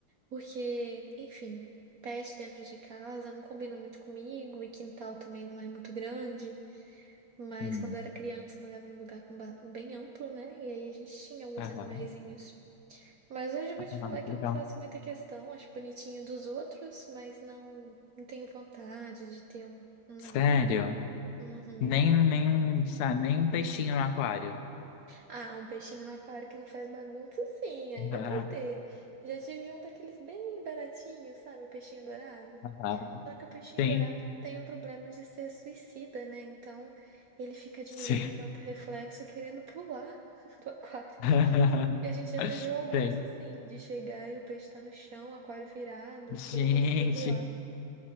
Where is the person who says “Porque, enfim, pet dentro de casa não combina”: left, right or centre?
Right